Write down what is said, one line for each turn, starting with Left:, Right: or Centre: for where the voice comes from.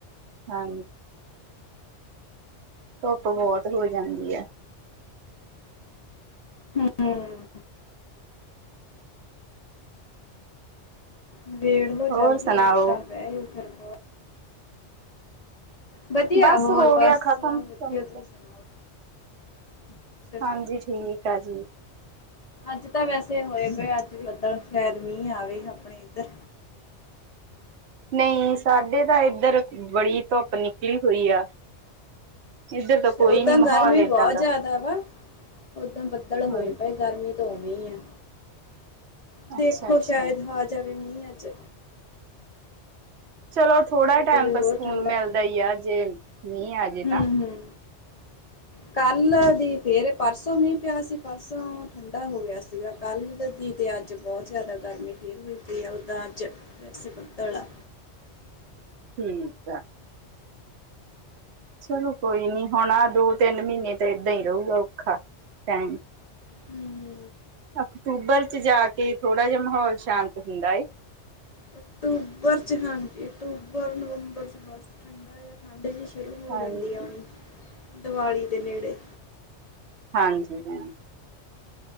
Right: ਹਾਂ। ਧੁੱਪ ਬਹੁਤ ਹੋ ਜਾਂਦੀ ਹੈ।
Left: ਹੂੰ ਨਿਬੇੜ ਲਓ ਜਲਦੀ
Right: ਹੋਰ ਸੁਣਾਓ
Left: ਅ, ਤਾਂ ਬਹਿਓ ਫਿਰ ਬ ਵਧੀਆ
Right: ਬਸ
Left: ਹੋਰ
Right: ਹੋ
Left: ਬਸ
Right: ਗਿਆ ਖਤਮ
Left: ਵਧੀਆ,
Right: ਤੁਹਾਨੂੰ
Left: ਤੁਸੀ
Right: ਤਾਂ
Left: ਸੁਣਾਓ? ਅੱਛਾ ਅੱਛਾ
Right: ਹਾਂਜੀ, ਠੀਕ ਆ ਜੀ।
Left: ਅੱਜ ਤਾਂ ਵੈਸੇ ਹੋਏ ਪ ਅੱਜ ਬਦਲ, ਸ਼ਾਇਦ ਮੀਂਹ ਆਵੇ ਆਪਣੇ ਇੱਧਰ।
Right: ਨਹੀਂ, ਸਾਡੇ ਤਾਂ ਇਏਧਰ ਬੜੀ ਧੁੱਪ ਨਿਕਲੀ ਹੋਈ ਆ। ਇੱਧਰ
Left: ਅੱਛਾ,
Right: ਤਾਂ ਕੋਈ
Left: ਓਦਾਂ
Right: ਨੀ ਮਾਹੌਲ
Left: ਗਰਮੀ
Right: ਏਦਾਂ
Left: ਬਹੁਤ
Right: ਦਾ
Left: ਜਿਆਦਾ ਵਾ, ਓਦਾਂ ਬੱਦਲ ਹੋਏ
Right: ਹਾਂਜੀ
Left: ਪਏ ਗਰਮੀ ਹੋਣੀ ਆ, ਦੇਖੋ
Right: ਅੱਛਾ ਅੱਛਾ
Left: ਸ਼ਾਇਦ ਆ ਜਾਵੇ ਮੀਂਹ ਅੱਜ।
Right: ਚਲੋ ਥੋੜ੍ਹਾ
Left: ਹੋ
Right: ਟਾਈਮ
Left: ਜਾਵੇ
Right: ਤਾਂ
Left: ਹੋਰ
Right: ਸਕੂਨ
Left: ਠੰਡਾ
Right: ਮਿਲਦਾ ਹੀ ਆ, ਜੇ ਮੀਂਹ ਆਜੇ
Left: ਹੂੰ
Right: ਤਾ।
Left: ਹੂੰ ਕੱਲ ਦੀ ਫੇਰ, ਪਰਸੋਂ ਮੀਂਹ ਪਿਆ ਸੀ ਪਰਸੋਂ ਠੰਡਾ ਹੋ ਗਿਆ ਸੀਗਾ, ਕੱਲ੍ਹ ਦੀ ਤੇ ਅੱਜ ਬਹੁਤ ਜ਼ਿਆਦਾ ਗਰਮੀ ਫੇਰ ਹੋ ਪਈ ਹੈ ਉੱਦਾਂ ਅੱਜ ਵੈਸੇ ਬਦਲ ਆ
Right: ਠੀਕ ਆ। ਚਲੋ ਕੋਈ ਨੀ, ਹੁਣਾ ਦੋ -ਤਿੰਨ ਮਹੀਨੇ ਤਾਂ ਏਦਾਂ ਹੀ ਰੂਗਾ ਔਖਾ, ਟਾਈਮ
Left: ਹਮ -ਹ
Right: ਅਕਤੂਬਰ ਚ' ਜਾ ਕੇ ਥੋੜਾ ਜਿ ਮਾਹੌਲ ਸ਼ਾਂਤ ਹੁੰਦਾ ਏ।
Left: ਅਕਤੂਬਰ ਚ' ਹਾਂਜੀ, ਅਕਤੂਬਰ, ਨਵੰਬਰ ਚ' ਬਸ ਠੰਡਾ ਆ। ਠੰਡ ਜਿ ਸ਼ੁਰੂ ਹੋ
Right: ਹਾਂਜੀ
Left: ਜਾਂਦੀ ਆ, ਆਉਣੀ ਦਿਵਾਲੀ ਦੇ ਨੇੜੇ।
Right: ਹਾਂਜੀ। ਹਾਂ,